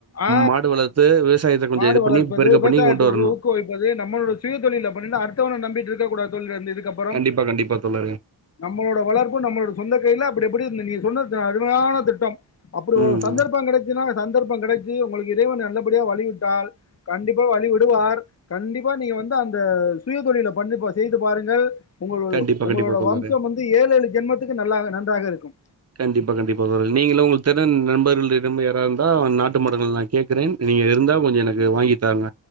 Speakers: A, on the left (about 35°); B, on the right (about 35°).
A: ஆ
B: மாடு வளர்த்து விவசாயத்த கொஞ்ச
A: மாடு
B: இது
A: வளர்ப்பது
B: பண்ணி பெருக
A: விவசாயத்தை
B: பண்ணி கொண்டு வரணு
A: ஒரு ஊக்குவிப்பது நம்மளோட சுய தொழில பண்ணுனா அடுத்தவன நம்பிட்ருக்ககூடாது தோழரே இந்த அதுகப்றம்
B: கண்டிப்பா கண்டிப்பா தோழரே
A: நம்மளோட வளர்ப்பு நம்மளோட சொந்த கைல அப்டி அப்டி நீ சொன் து அருமையான திட்டம் அப்டி
B: ம்
A: ஒரு சந்தர்ப்ப கெடைச்சினா சந்தர்ப்ப கெடைச் சி உங்களுக்கு இறைவன் நல்லபடியாக வழி விட்டால் கண்டிப்பா வழி விடுவார் கண்டிப்பா நீங்க வந்து அந்த சுயதொழில பண்ணி பாரு செய்து பாருங்கள் உங்களது
B: கண்டிப்பா
A: உங்களோட
B: கண்டிப்பா தோழரே
A: வம்சம் வந்து ஏழேழு ஜென்மத்துக்கு நல்லாக நன்றாக இருக்கும்
B: கண்டிப்பா கண்டிப்பா தோழ நீங்களு உங்க திறன் நண்பர்களிடம் யாரா இந்தா நாட்டு மடங்கள் நா கேக்கறேன் நீங்க இருந்தா கொஞ்ச எனக்கு வாங்கிதாங்க